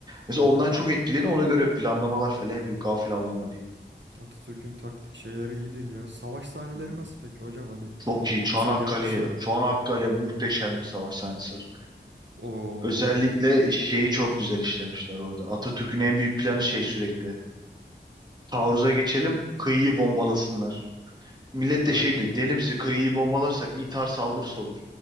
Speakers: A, on the right; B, on the right.
A: Mesela ondan çok etkileniyor. Ona göre planlamalar falan yapıyor. Gafil avlama diye.
B: Atatürk'ün taktik şeyleri iyidir ya. Savaş sahneleri
A: Hmm.
B: nasıl peki hocam? Hani
A: Çok iyi. Çanakkale,
B: güzel yapmışlar mı?
A: Çanakkale muhteşem bir savaş sahnesi var.
B: Oo.
A: Özellikle şeyi çok güzel işlemişler orada. Atatürk'ün en büyük planı şey sürekli. Taarruza geçelim, kıyıyı bombalasınlar. Millet de
B: Aynen.
A: şey diyor. Deli misin? Kıyıyı bombalarsak intihar saldırısı olur.